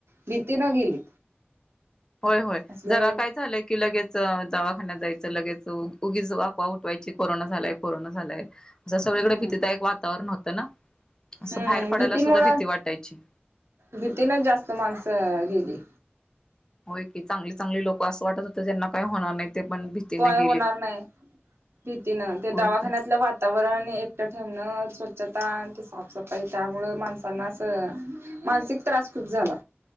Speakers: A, on the right; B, on the left.
A: भीती न गेलीत.
B: होय होय.
A: असलं
B: जरा काय झालंय की लगेच दवाखान्यात जायचं लगेच उगीच आफवा उठवायच पूर्ण झालाय पूर्ण झालाय असं
A: हम्म
B: सगळीकडे भीतीदाय एक वातावरण होतं ना? असं
A: हम्म
B: बाहेर पडायला
A: भीतीमुळं
B: सुद्धा भीती वाटायची.
A: भीतीनच जास्त माणसं गेली.
B: होय की चांगली चांगली लोक असं वाटत होत ज्यांना काही होणार नाही ते पण भीतीने
A: काय
B: गेलीत
A: होणार नाही. भीतीनं ते दवाखान्यातलं
B: होय की
A: वातावरण आणि एकट ठेवण स्वच्छता साफसफाई त्यामुळे माणसांना अस मानसिक त्रास खूप झाला.